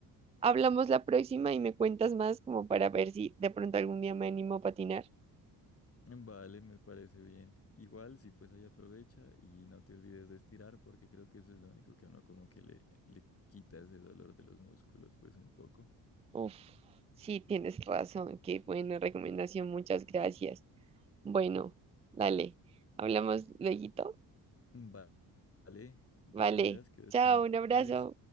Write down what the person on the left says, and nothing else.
Vale, me parece bien. Igual, sí, pues ahí aprovecha y no te olvides de estirar porque creo que eso es lo único que a uno como que le, le quita ese dolor de los músculos, pues un poco.
Va- Vale, te
cuidas, que descanses.